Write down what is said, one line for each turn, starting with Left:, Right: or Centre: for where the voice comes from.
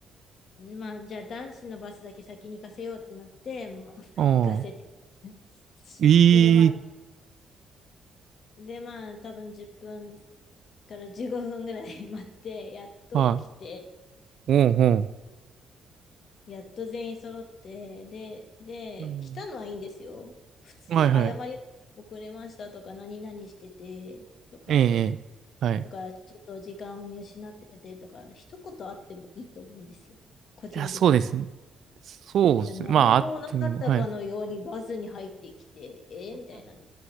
Left: まあ、じゃあ男子のバスだけ先に行かせようってなって、まあ、<laughs>
Right: お
Left: 行かせて。<laughs>
Right: ー、
Left: で、まあ、
Right: ええ
Left: で、まあ、多分10分から15分ぐらい <laughs> 待って、やっと来て、
Right: はい。おー、おー。
Left: やっと全員揃って、で、で、
Right: うん。
Left: 来たのはいいんですよ。普通、
Right: はいはい。
Left: 謝り遅れましたとか、何々しててとか、
Right: ええ、ええ。はい。い
Left: とか、ちょっと時間を見失っててとか、一言あってもいいと思うんですよ。個人的には。
Right: や、そうですね。そうですね。
Left: いや、何もなかったかのようにバスに入ってきて、
Right: まあ、会ってみも、はい。
Left: えー、みたいな、な